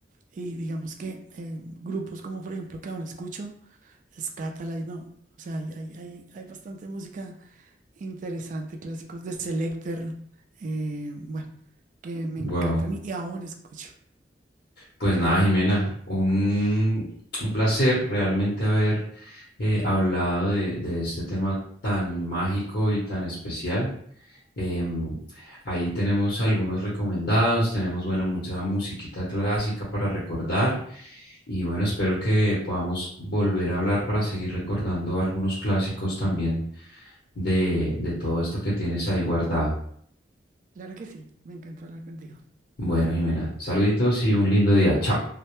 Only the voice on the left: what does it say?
Wow.
Pues nada, Jimena, un, un placer realmente haber eh, hablado de, de este tema tan mágico y tan especial. Em, ahí tenemos algunos recomendados, tenemos, bueno, mucha musiquita clásica para recordar y bueno, espero que podamos volver a hablar para seguir recordando algunos clásicos también de, de todo esto que tienes ahí guardado.
Bueno, Jimena, saluditos y un lindo día. Chao.